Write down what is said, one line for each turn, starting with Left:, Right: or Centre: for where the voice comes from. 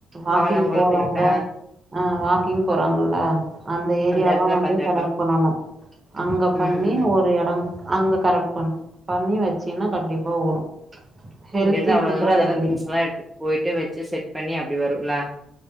Right: வாக்கிங்
Centre: வாலாங்குளத்துக்கிட்ட
Right: போறவ்ங்க ஆ வா க்கிங் போறாங்கள்ல அந்த ஏரியாவா
Centre: எடத்துல
Right: வந்து
Centre: பாத்து வைக்கணு
Right: செலக்ட் பண்ணனு அங்க
Centre: ம்
Right: பண்ணி
Centre: ம்
Right: ஒரு எட அங்க கரெட் பண்ணு பண்ணி வச்சீன்னா கண்டிப்பா ஓடு ஹெல்த்தி
Centre: இங்கெர்ந்து அவ்ள
Right: ஃபுட்டா
Centre: தூரொ அதெல்லா
Right: வைக்கணு
Centre: திங்ஸ் எல்லா எடுத்துட்டு போயிட்டு வச்சு செட் பண்ணி அப்டி வரு ங்ளா